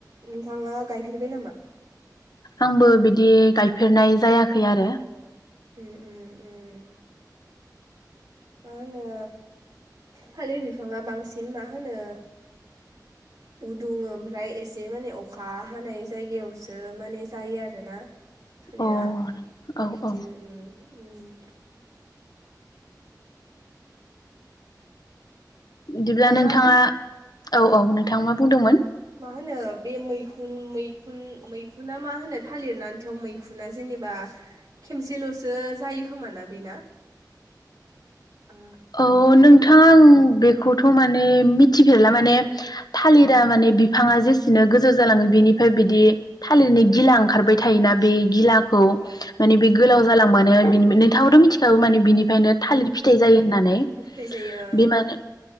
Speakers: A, on the right; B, on the left.
A: नोंथाङा गायफेरबाय नामा?
B: आंबो बिदि गायफेरनाय जायाखै आरो
A: उम उम उम मा होनो थालिर बिफाङा बांसिन मा होनो उदुङो ओमफ्राय एसे माने अखा हानाय जायगायावसो माने जायो आरोना। थालिरा
B: अ औ
A: आंनिथिं
B: औ
A: ओम ओम
B: बिदिब्ला
A: खायबा
B: नोंथाङा औ
A: ओ
B: औ नोंथाङा मा बुंदोंमोन
A: मा होनो बे मै मैखुन मैखुन मैखुनना मा होनो थालिरना हाथायाव मैखुना जेनेबा खेमसेल'सो जायो खोमोना बेना ओ
B: अ नोंथ' आं बेखौथ' माने मिथिफेरला माने थालिरा
A: ओ
B: माने बिफाङा जे बिदिनो गोजौ जालाङो बेनिफ्राय बिदि थालिरनि गिला ओंखारबाय थायोना बे गिला खौ
A: ओ
B: माने बे गोलाव जालांबानो बिनि नोंथांआबो मिथिखागौ माने बेनिफायनो थालिर
A: उम
B: फिथाइ जायो होननानै
A: फिथाइ जायो
B: बे माने